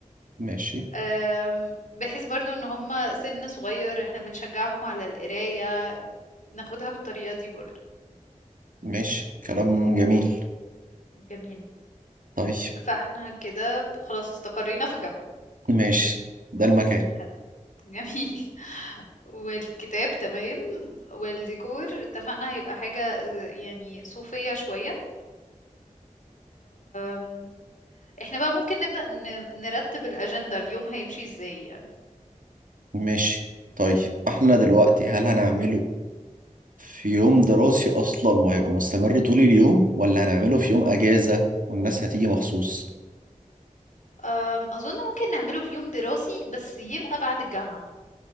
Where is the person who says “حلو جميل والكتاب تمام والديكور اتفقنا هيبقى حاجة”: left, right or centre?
Left